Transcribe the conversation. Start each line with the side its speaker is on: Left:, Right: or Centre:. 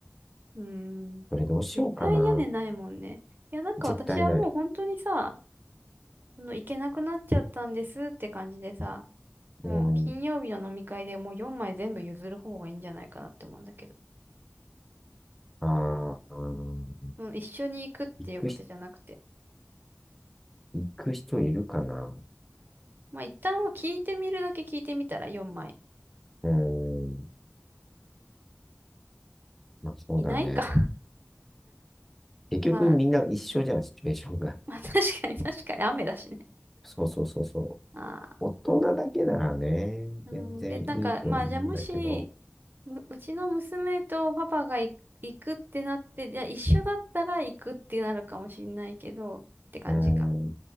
Right: うーん。
Centre: これどうしようかな。
Right: 絶対屋根ないもんね。いや、なんか私はもう本当にさ、
Centre: 絶対ない。
Right: その行けなくなっちゃったんですって感じでさ、もう金曜日の飲み会でもう4枚全部譲る方がいいんじゃないかなって思うんだけど、
Centre: うん。ああうん
Right: もう一緒に行くっていうことじゃなくて、
Centre: 行くひ、行く人いるかな。
Right: まあ一旦は聞いてみるだけ聞いてみたら4枚。
Centre: うん。まあそうだね。
Right: いないか
Centre: 結局みんな一緒じゃん、
Right: <laughs> まあ、
Centre: シチュエーションが。
Right: まあ確かに確かに雨だしね。
Centre: そうそうそうそう。
Right: ああ、
Centre: 大人だけならね、
Right: うん。
Centre: 全然いいと思うんだけど。
Right: で、なんか、まあじゃあもし、むうちの娘とパパが行行くってなって、じゃあ一緒だったら行くってなるかもしんないけど、って感じか。
Centre: うーん。